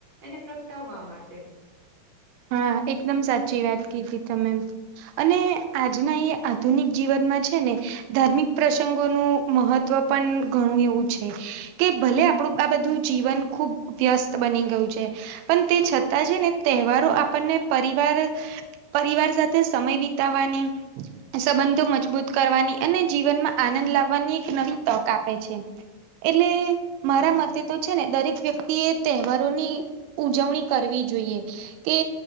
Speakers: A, on the right (about 40°); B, on the right (about 80°).
A: એને પ્રગટાવવામાં છે.
B: હા એકદમ સાચી વાત કીઘી તમે. અને આજના એ આધુનિક જીવનમાં છે ને. ધાર્મિક પ્રસંગોનું મહત્વ પણ ઘણું એવું છે. કે ભલે આપણું આ બધું જીવન ખુબ વ્યસ્ત બની ગયું છે. પણ તે છતાં છે ને તહેવારો આપણને પરિવાર પરિવાર સાથે સમય વિત. વિતાવાની. સંબંધો મજબૂત કરવાની અને જીવનમાં આનંદ લાવવાની એક નવી તક આપે છે. એટલે મારા
A: હા.
B: મતે. તો છે ને દરેક વ્યક્તિ એ તહેવારોની ઉજવણી કરવી જોઈએ. કે